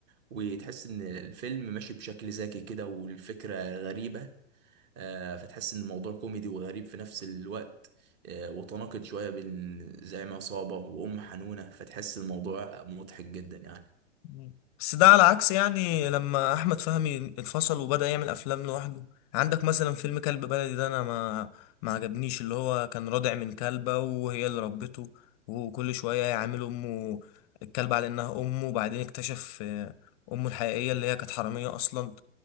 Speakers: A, on the right; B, on the left.
A: وتحس ان الفيلم ماشي بشكل ذكي كده والفكرة غريبة آه، فتحس ان الموضوع كوميدي وغريب في نفس الوقت آه، وتناقض شويه بين زعيم عصابه وام حنونه فتحس الموضوع مضحك جدا يعني
B: مم. بس ده على عكس يعني لما احمد فهمي انفصل وبدأ يعمل افلام لوحده عندك مثلا فيلم كلب بلدي ده انا ما ما عجبنيش اللي هو كان رادع من كلبة وهي اللي ربته وكل شوية يعامل امه الكلبة على انها امه وبعدين اكتشف آه، امه الحقيقية اللي هي كانت حرامية اصلا